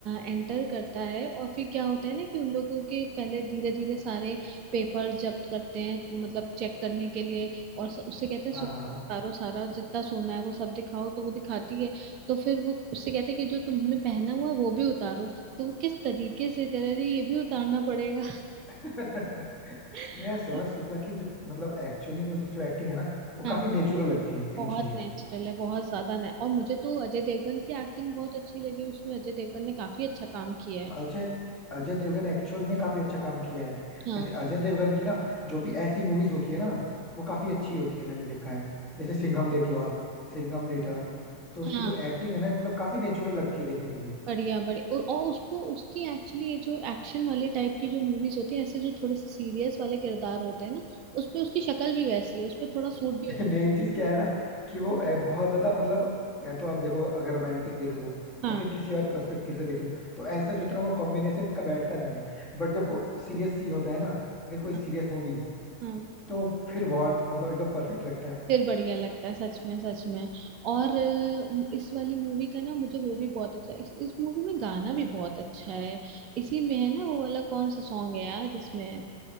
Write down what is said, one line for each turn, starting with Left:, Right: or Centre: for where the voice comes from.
Right: एंटर करता है और फिर क्या होता है ना कि उन लोगों के पहले धीरे धीरे सारे पेपर्स जब्त करते हैं मतलब चेक करने के लिए और स- उससे कहते हैं
Left: हाँ
Right: सो उतारो
Left: हाँ
Right: सारा जितना सोना है वो सब दिखाओ तो वो दिखाती है तो फिर वो उससे कहते हैं कि जो तुमने पहना हुआ है वो भी उतारो तो वो किस तरीके से कह रही ये भी उतारना पड़ेगा
Left: <laughs>
Right: <laughs>
Left: नया सौरभ शुक्ला की जो मतलब एक्चुअली में उसकी जो एक्टिंग है ना वो
Right: हाँ
Left: काफी नेचुरल लगती है मेन
Right: बहुत
Left: चीज ये है
Right: नेचुरल है बहुत ज्यादा ने और मुझे तो अजय देवगन की एक्टिंग बहुत अच्छी लगी उसमें अजय देवगन ने काफी अच्छा काम किया है
Left: अजय अजय देवगन एक्चुअल में काफी अच्छा काम किया है
Right: हाँ
Left: वैसे अजय देवगन की ना जो भी ऐसी मूवीज होती है ना वो काफी अच्छी होती है मैंने देखा है जैसे सिंघम देख लो आप सिंघम रिटर्न तो उसकी
Right: हाँ
Left: जो एक्टिंग है ना मतलब काफी नेचुरल लगती है देखने में भी
Right: बढ़िया बढ़िया और उसको उसकी एक्चुअली ये जो एक्शन वाले टाइप की जो मूवीज होती है ऐसे जो थोड़े से सीरियस वाले किरदार होते हैं ना उस पे उसकी शक्ल भी वैसी है उस पे थोड़ा सूट भी होता
Left: मेन चीज क्या है ना कि वो अ, बहुत ज्यादा मतलब या तो आप देखो अगर रोमांटिक देख लो
Right: है
Left: या
Right: हाँ
Left: फिर किसी और पर्सपेक्टिव से देख लो तो ऐसा जितना वो कॉम्बिनेशन इनका बैठता नहीं है बट जब कोई सीरियस सीन होता है ना फिर कोई सीरियस
Right: हाँ
Left: मूवी
Right: हाँ।
Left: तो फिर बहुत मतलब एकदम परफेक्ट लगता है
Right: फिर बढ़िया लगता है सच में सच में और अ, इस वाली मूवी का ना मुझे वो भी बहुत अच्छा इस, इस मूवी में गाना भी बहुत अच्छा है इसी में है ना वो वाला कौन सा सॉन्ग है यार इसमें अ,